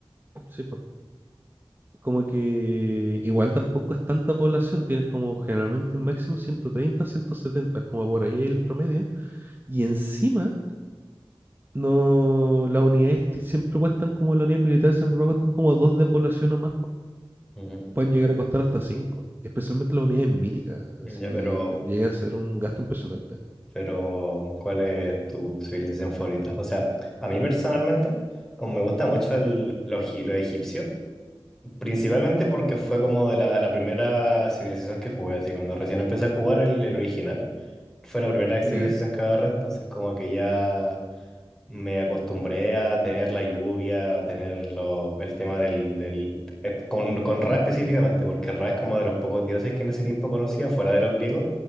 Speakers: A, on the right; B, in the centre.
A: Sí, pues. Como que igual tampoco es tanta población, tienes como generalmente máximo 130, 170, es como por ahí el promedio, y encima... No, las unidades ti- siempre cuestan como las unidades militares, siempre cuestan como dos de población o más.
B: Ujú.
A: pueden llegar a costar hasta 5, especialmente las unidades míticas,
B: Ya,
A: así
B: pero,
A: llega a ser un gasto impresionante.
B: pero, ¿cuál es tu civilización favorita? O sea, a mí personalmente, como me gusta mucho el, lo egipcio Principalmente porque fue como de la, la primera civilización que jugué, así cuando recién empecé a jugar el, el original, fue la primera
A: ¿Ya?
B: civilización que agarré, entonces como que ya me acostumbré a tener la lluvia, a tener lo- el tema del, del eh, con, con Ra específicamente, porque Ra es como de los pocos dioses que en ese tiempo conocía, fuera de los griegos,